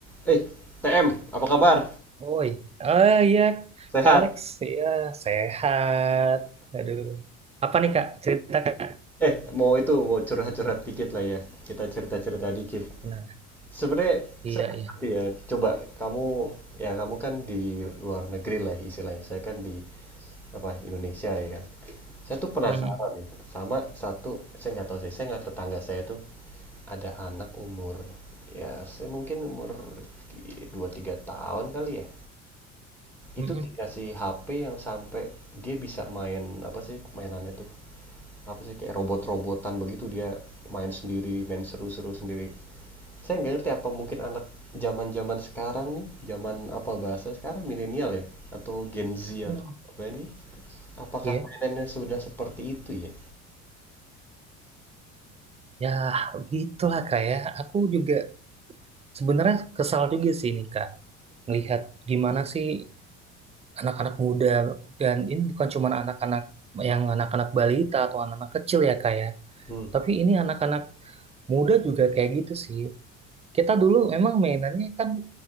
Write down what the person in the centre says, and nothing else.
Eh, TM, apa kabar?
Sehat?
Eh, mau itu, mau curhat-curhat dikit lah ya. Kita cerita-cerita dikit.
Sebenarnya
saya nggak
ngerti ya. Coba kamu, ya kamu kan di luar negeri lah istilahnya. Saya kan di apa Indonesia ya kan. Saya tuh penasaran
ya sama satu, saya nggak tahu sih. Saya nggak tetangga saya tuh ada anak umur ya saya mungkin umur di- dua tiga tahun kali ya.
Itu
dikasih HP yang sampai dia bisa main apa sih mainannya tuh apa sih kayak robot-robotan begitu dia main sendiri, main seru-seru sendiri. Saya nggak ngerti apa mungkin anak zaman-zaman sekarang nih, zaman apa bahasa sekarang milenial ya atau Gen Z
atau apa ini? Apakah
mainannya sudah seperti itu ya?
Hmm.